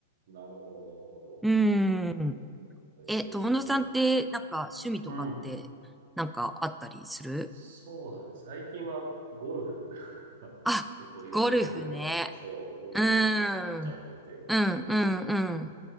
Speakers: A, on the right; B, in the centre.
A: なるほど、なるほど。
B: うーん。
A: ええ、
B: え、友野さんって、なんか趣味とかって、
A: うん。
B: なんかあったりする
A: そうだね。最近はゴルフが <laughs>
B: あ、
A: 結構4年前ぐらいからね、
B: ゴルフね。
A: そう、ゴルフにハマっちゃってて。
B: うーん。うん、
A: うん。
B: うん、うん。